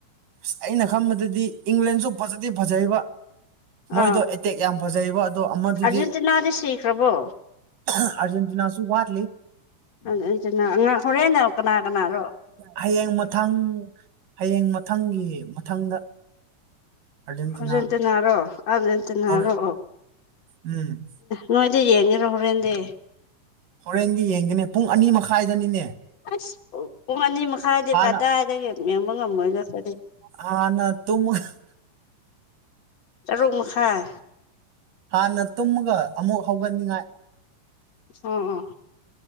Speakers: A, on the right; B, on the left.
A: ꯑꯁ ꯑꯩꯅ ꯈꯟꯕꯗꯗꯤ ꯏꯪꯂꯦꯟꯁꯨ ꯐꯖꯗꯤ ꯐꯖꯩꯌ‌ꯦꯕ
B: ꯑꯥ
A: ꯃꯣꯏꯗꯣ ꯑꯦꯇꯦꯛ ꯌꯥꯝ ꯐꯖꯩꯌ‌ꯦꯕ ꯑꯗꯣ ꯑꯃꯗꯨꯗꯤ
B: ꯑꯥꯔꯖꯦꯟꯇꯤꯅꯥꯗꯤ ꯁꯤꯈ꯭ꯔꯕꯣ
A: ꯑꯥ꯭ꯔꯖꯦꯟꯇꯤꯅꯥꯁꯨ ꯋꯥꯠꯂꯤ
B: ꯑꯥ ꯑꯟꯆꯥꯅꯥ ꯑꯉꯥ ꯍꯣꯔꯦꯟꯗ‌ꯣ ꯀꯅꯥ ꯀꯅꯥꯔꯣ
A: ꯍꯩꯌꯦꯡ ꯃꯊꯪ ꯍꯩꯌꯦꯡ ꯃꯊꯪꯒꯤ ꯃꯊꯪꯗ ꯑꯥꯔꯖꯦꯟꯇꯤꯅꯥ
B: ꯑꯥ꯭ꯔꯖꯦꯟꯇꯤꯅꯥꯔꯣ ꯑꯥ꯭ꯔꯖꯦꯟꯇꯤꯅꯥꯔꯣ
A: ꯍꯣꯏ ꯎꯝ
B: ꯅꯣꯏꯗꯤ ꯌꯦꯡꯉꯔꯣ ꯍꯣꯔꯦꯟꯗꯤ
A: ꯍꯣꯔꯦꯟꯗꯤ ꯌꯦꯡꯒꯅꯤ ꯄꯨꯡ ꯑꯅꯤ ꯃꯈꯥꯏꯗꯅꯤꯅꯦ
B: ꯑꯁ ꯄꯨꯡ ꯑꯅꯤ ꯃꯈꯥꯏꯗꯤ
A: ꯍꯥꯟꯅ
B: ꯀꯗꯥꯏꯗꯒꯤ ꯌꯦꯡꯕ ꯉꯝꯃꯣꯏꯗ ꯈ‌ꯣꯏꯗꯤ
A: ꯍꯥꯟꯅꯥ ꯇꯨꯝꯃꯥ <unintelligible>
B: ꯇꯔꯨꯛ ꯃꯈꯥꯏ
A: ꯍꯥꯟꯅ ꯇꯨꯝꯃꯒ ꯑꯃꯨꯛ ꯍꯧꯒꯠꯅꯤꯡꯉꯥꯏ
B: ꯑꯣ ꯑꯣ